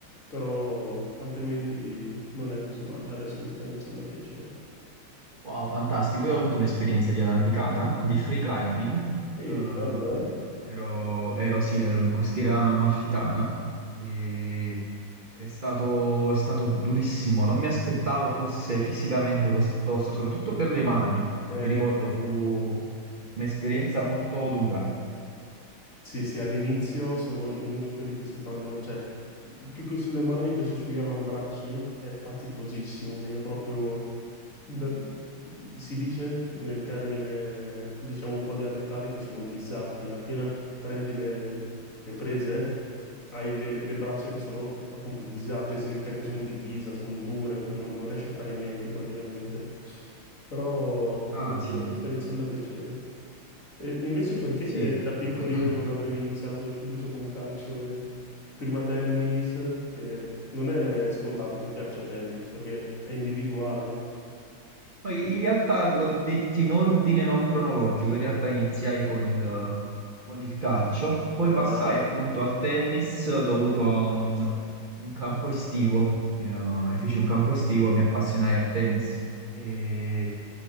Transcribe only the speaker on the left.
però altrimenti non è così male, adesso mi sta iniziando a piacere.
Sì,
bello, eh?
Eh,
sì, sì, all'inizio sono i muscoli che si fanno, cioè, più che sulle mani, penso sugli avambracci, è faticosissimo lì, è proprio... Da- si dice nel termine, diciamo un po' dialettale, che sono ghisati. Appena prendi le, le prese, hai le, le braccia che sono appunto ghisate, significa che sono di ghisa, sono dure, non, non riesci a fare niente praticamente. Però
è bello,
mi sta iniziando a piacere. E invece perché
da piccolino
non avevi iniziato subito con calcio e prima tennis, che non è scontato che piaccia tennis, perché è individuale.
Ah,
ok.